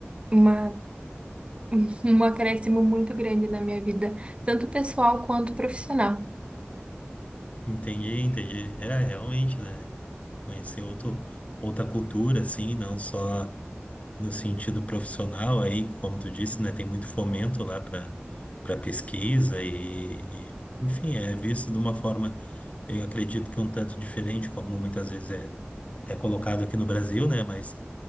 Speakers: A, on the right (about 25°); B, on the left (about 35°).
A: uma, <laughs> um acréscimo muito grande na minha vida, tanto pessoal quanto profissional.
B: Entendi, entendi. É, realmente, né? Conhecer outro, outra cultura, assim, não só. no sentido profissional aí, como tu disse, né, tem muito fomento lá para para pesquisa e, e, enfim, é visto de uma forma, eu acredito que um tanto diferente, como muitas vezes é, é colocado aqui no Brasil, né, mas